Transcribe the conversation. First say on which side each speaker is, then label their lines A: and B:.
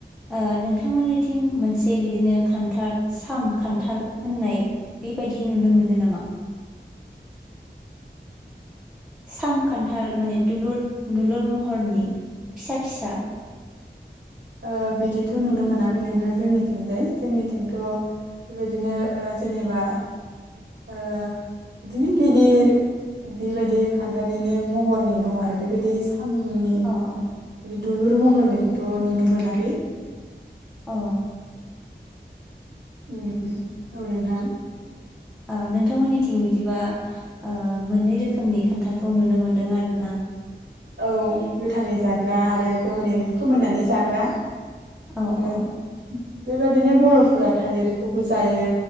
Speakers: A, in the centre; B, on the right.
A: ओ नोंथांमोननिथिं मोनसे बिदिनो खान्थाल साम खान्थाल होननाय बेबायादि नुनो मोनो नामा? सामखान्थाल माने दुलुर दुलुर महरनि फिसा फिसा
B: ओ बिदिथ नुनो मोनाखै नोंथां जोंनिथिंजाय जोंनिथिंथ बेबायदिनो ओ जेनेबा ओ बिदिनो गिदिर बेबायदि खान्थालनो महरनि दं आरो बेबायदि सामनि
A: अ अ
B: बिदि दुलुर महरनिखौथ नुनो मोनाखै
A: अ
B: ओम औ नोंथां
A: ओ नोंथांमोननिथिं बिदिबा ओ मोननै रोखोमनि खान्थालखौ नुनो मोनदों आरो ना
B: औ गोथाङै जाग्रा आरो गोमोनै फोमोननानै जाग्रा
A: औ
B: आरो
A: औ
B: बेबायदिनो बरफोरा थालिरखौबो जायो